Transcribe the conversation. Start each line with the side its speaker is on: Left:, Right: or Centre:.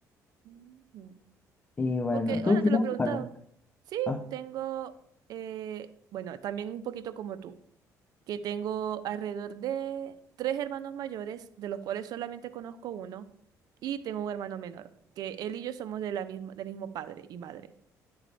Right: Ujú.
Left: Y bueno,
Right: Porque,
Left: ¿tú
Right: bueno,
Left: tienes
Right: te lo he preguntado.
Left: hermanos?
Right: Sí,
Left: Ah,
Right: tengo, eh, bueno, también un poquito como tú, que tengo alrededor de tres hermanos mayores, de los cuales solamente conozco uno, y tengo un hermano menor, que él y yo somos de la misma, del mismo padre y madre.